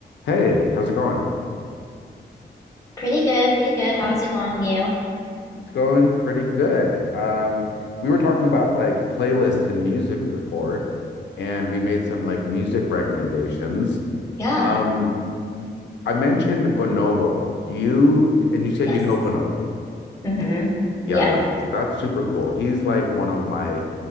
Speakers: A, on the left; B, on the left.
A: Hey, how's it going?
B: Pretty good, pretty good. How's it going with you?
A: It's going pretty good. Um, we were talking about like playlists and music before, and we made some like music recommendations.
B: Yeah.
A: Um, y- I mentioned Bonobo. Do you, and you said
B: Yes.
A: you know Bonobo.
B: Mm-hmm.
A: Yeah,
B: Yeah.
A: yeah. So that's super cool. He's like one of my